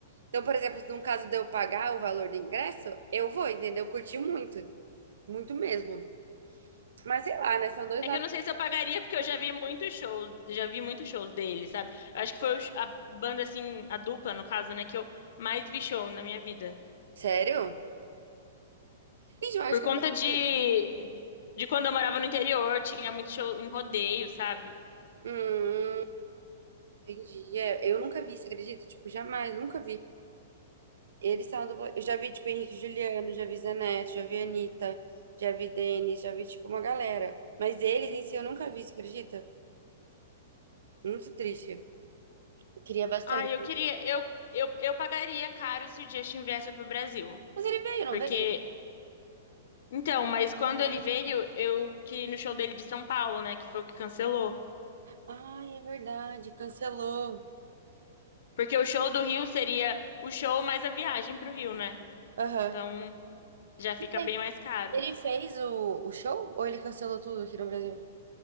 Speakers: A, on the right; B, on the left.
A: Então, por exemplo, no caso de eu pagar o valor do ingresso, eu vou, entendeu? Curti muito, muito mesmo. Mas sei lá, né? São dois
B: É
A: lados.
B: que eu não sei se eu pagaria porque eu já vi muitos shows, já vi muitos shows dele, sabe? Eu acho que foi o sh- a banda assim, a dupla no caso, né, que eu mais vi show na minha vida.
A: Sério? Gente, eu acho
B: Por
A: que
B: conta
A: eu tô.
B: de de quando eu morava no interior, tinha muito show em rodeio, sabe?
A: Hum, entendi. É, eu nunca vi, você acredita? Tipo, jamais, nunca vi. Eles são uma dupla. Eu já vi, tipo, Henrique e Juliano, já vi Zanetti, já vi Anitta, já vi Denis, já vi, tipo, uma galera. Mas eles em si eu nunca vi, você acredita? Muito triste. Eu queria bastante.
B: Ah, eu queria, eu, eu, eu pagaria caro se o Justin viesse pro Brasil.
A: Mas ele veio, não
B: Porque,
A: veio?
B: então, mas quando ele veio, eu queria ir no show dele de São Paulo, né? Que foi o que cancelou.
A: Ai, é verdade, cancelou.
B: Porque o show do Rio seria o show mais a viagem pro Rio, né?
A: Aham.
B: Então, já fica
A: Não sei.
B: bem mais caro.
A: Ele fez o, o show ou ele cancelou tudo aqui no Brasil?